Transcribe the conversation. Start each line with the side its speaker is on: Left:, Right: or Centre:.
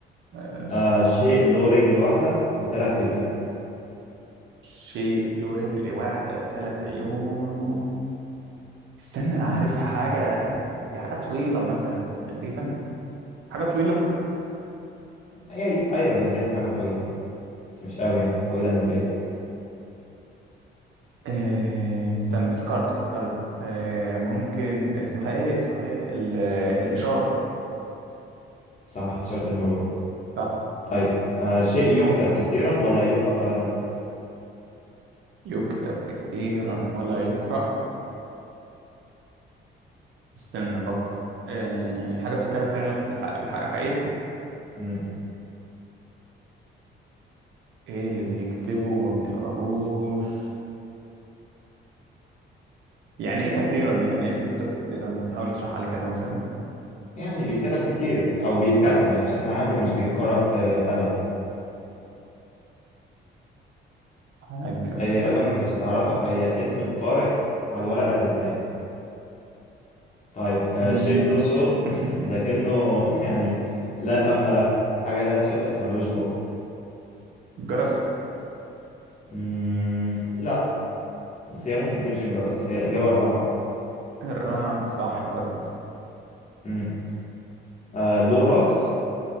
Right: آه
Left: آه شيء له رجل واحدة وثلاث عيون
Right: شيء له رجل واحدة وثلاث عيون استنى انا عارفها حاجة دي حاجة طويلة مثلا تقريبا حاجة طويلة
Left: أي أي- أيوة نسبيا حاجة طويلة بس مش قوي يعني طويلة نسبيا
Right: آه، استنى افتكرت افتكرت آه، ممكن اسمها ايه اسمها ايه ال- الإشارة
Left: صح إشارة المرور
Right: صح
Left: طيب آه شيء يكتب كثيرا ولا يقرأ أبدا
Right: يكتب كثيرا ولا يقرأ استنى افكر آه، حاجة بتتكلم فعلا في الحق بالحق وحقيقي
Left: مم.
Right: ايه اللي بنكتبه وما بنقراهوش يعني ايه كثيرا دي يعني ايه بيكتب كثيرا بس حاول تشرح عليه كده مثلا
Left: يعني بيتكتب كتير او بيتكتب يعني بشكل عام ومش بيتقرأ آه، ابدا
Right: حاجة
Left: طيب
Right: بتتكتب
Left: هي غالبا انت مش هتعرفها فهي اسم القارئ على الورقة الرسمية طيب آه،
Right: مم.
Left: شيء له صوت
Right: <laughs>
Left: لكنه <laughs> يعني لا فم له حاجة لها صوت بس ملوش بق
Right: جرس
Left: مم، لا بس هي ممكن تمشي الجرس هي الإجابة الرعد
Right: الرعد صح برضه
Left: مم، آه، له راس